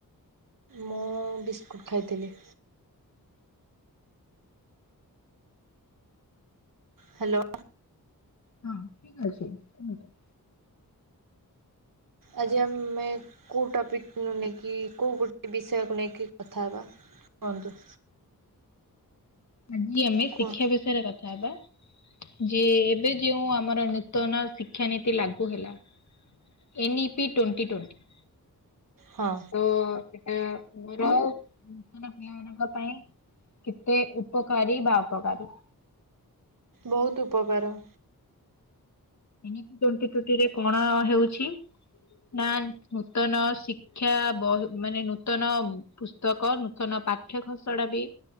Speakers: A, on the right; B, on the left.
A: ମୁଁ ବିସ୍କୁଟ୍ ଖାଇଥିଲି। ହ୍ୟାଲୋ
B: ହଁ ଠିକ ଅଛି କୁହନ୍ତୁ।
A: ଆଜି ଆମେ କୋଉ ଟପିକୁ ନେଇକି କୋଉ ଗୋଟେ ବିଷୟକୁ ନେଇକି କଥା ହବା? କୁହନ୍ତୁ।
B: ଆଜି ଆମେ
A: କୁହ
B: ଶିକ୍ଷା ବିଷୟରେ କଥା ବା ଯେଉଁ ଏବେ ଯୋଉ ଆମର ନୂତନ ଶିକ୍ଷାନୀତି ଏତେ ଲାଗୁ ହେଲା ଏନ୍ଇ ପି ଟ୍ୱେଣ୍ଟି ଟ୍ୱେଣ୍ଟି।
A: ହଁ।
B: ତ ସେଟା ଆର ନୂତନ ପିଲାମାନଙ୍କ ପାଇଁ। କେତେ ଉପକାରୀ ବା ଅପକାରୀ?
A: ବହୁତ ଉପକାର।
B: ଏମିତି ଟୋଣ୍ଟି ଟୋଣ୍ଟି ରେ କଣ ହେଉଛି? ନା ନୂତନ ଶିକ୍ଷା ମାନେ ନୂତନ ପୁସ୍ତକ ନୂତନ ପାଠ୍ୟ ଘସଡା ବି